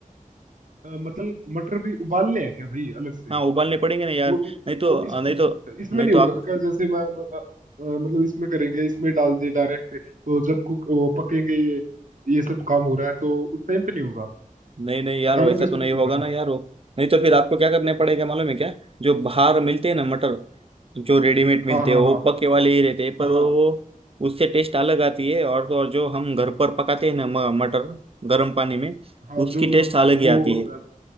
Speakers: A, on the right; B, on the right.
A: अ, मतलब मटर भी उबालने हैं क्या भाई अलग से
B: हाँ उबालने पड़ेंगे ना यार
A: वो इ-
B: नहीं तो
A: वो इसमें
B: नहीं तो
A: इसमें
B: नहीं
A: नहीं
B: तो
A: होगा
B: आप
A: क्या जैसे मैं अ, अ, मतलब इसमें करेंगे इसमें डाल दे डायरेक्ट तो जब कुक वो पकेंगे ये ये सब काम हो रहा है तो उस टाइम पे नहीं होगा
B: नहीं नहीं यार
A: पकाना
B: वैसा
A: तो इसमें
B: तो नहीं
A: भी
B: होगा
A: होगा
B: ना
A: ना
B: यार वो नहीं तो फिर आपको क्या करने पड़ेगा
A: हम्म।
B: मालूम है क्या जो बाहर मिलते हैं ना मटर जो रेडीमेड मिलते
A: हाँ हाँ
B: हैं वो
A: हाँ
B: पके वाले ही रहते हैं पर
A: हाँ
B: वो
A: हाँ
B: वो- उससे टेस्ट अलग आती है और तो और जो हम घर पर पकाते हैं ना म- मटर गर्म पानी में
A: हाँ
B: उसकी
A: जो
B: टेस्ट
A: मतलब
B: अलग ही
A: वो
B: आती
A: होता
B: है
A: है